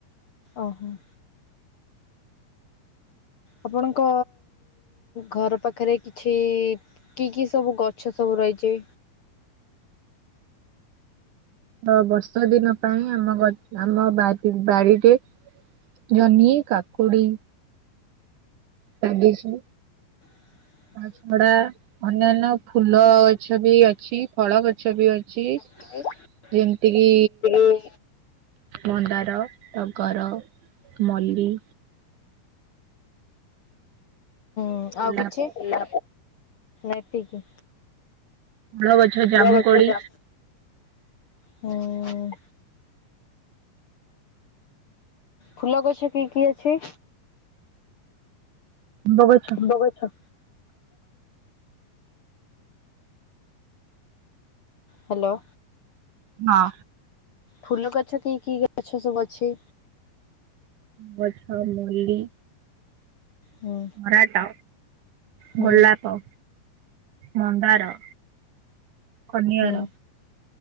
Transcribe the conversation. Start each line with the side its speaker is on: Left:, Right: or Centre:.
Left: ଓହୋ। ଆପଣଙ୍କ ଘର ପାଖରେ କିଛି କି କି ସବୁ ଗଛ ସବୁ ରହିଛି?
Right: ତ ବର୍ଷା ଦିନ ପାଇଁ ଆମ ଗ ଆମ ଵା ବାଡିରେ ଜହ୍ନି କାକୁଡି ଲାଗିଛି।
Left: ହ <inaudible>
Right: ତା ଛଡା ଅନ୍ୟାନ୍ୟ ଫୁଲ ଗଛ ବି ଅଛି ଫଳ ଗଛ ବି ଅଛି।
Left: <inaudible>
Right: ଯେମିତି କିି
Left: ହୁଁ
Right: ମନ୍ଦାର ଟଗର ମଲ୍ଲୀ।
Left: ହୁଁ
Right: ଗୋଲାପ
Left: ଆଉ କିଛି ନା ଏତିକି?
Right: ଭଲ ଗଛ। ଜାମୁକୋଳି
Left: ଫୂଳ ଗଛ ଯା ହୁଁ। ଫୁଲ ଗଛ କି କି ଅଛି?
Right: ଆମ୍ବ ଗଛ।
Left: ଆମ୍ବ ଗଛ ହାଲୋ।
Right: ହଁ।
Left: ଫୁଲ ଗଛ କି କି ଗଛ ସବୁ ଅଛି?
Right: ଗଛ ମଲି
Left: ହୁଁ
Right: କରାଟ,
Left: ହୁଁ
Right: ଗୋଲାପ, ମନ୍ଦାର କନିଆର
Left: ହୁଁ